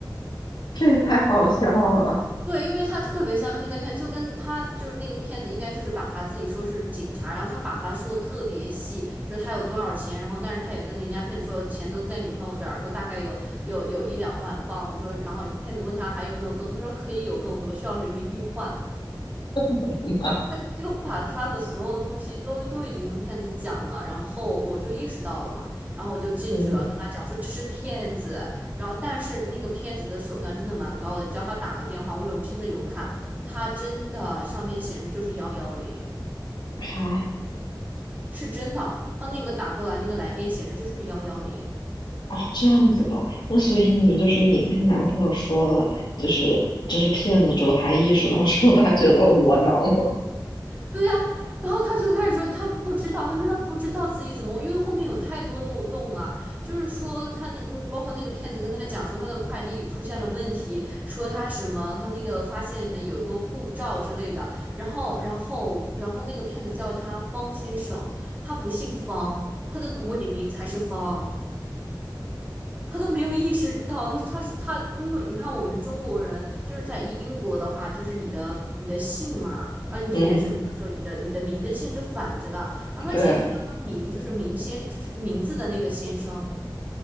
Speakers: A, on the left; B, on the right.
A: 这也太好笑了，
B: 对，因为他特别相信那骗子，就跟他就是那个骗子，应该就是把他自己说是警察，然后他把他说的特别细，就是他有多少钱，然后但是他也跟人家骗子说钱都在女朋友这儿，说大概有有有一两万镑，说然后骗子问他还有没有更多，他说可以有更多，需要人民币换，
A: <laughs>
B: 他就把他的所有东西都都已经跟骗子讲了，然后我就意识到了嘛，然后我就进去了，
A: 嗯，
B: 跟他讲说这是骗子，然后但是那个骗子的手段真的蛮高的，你知道他打个电话，我有真的有看，他真的上面显示就是幺幺零，
A: 好，
B: 是真的，他那个打过来那个来电显示就是幺幺零。
A: 哦，这样子的，那所以你就是你跟你男朋友说了，就是这是骗子之后，他意识到之后，他觉得窝囊吗？
B: 对呀、然后他就开始说他不知道，他说他不知道自己怎么，因为后面有太多漏洞了，就是说他那嗯包括那个骗子跟他讲说他的快递出现了问题，说他什么他那个发现了有一个护照之类的，然后然后然后那个骗子叫他方先生，他不姓方，他的伪名才是方。他都没有意识到，他他是他，因为你看我们中国人就是在英国的话，就是你的你的姓嘛，然后你填什么的时候，
A: 嗯，
B: 你的你的名跟姓是反着的，然后他直接就叫他名，
A: 对，
B: 就是名先，就是名字的那个先生。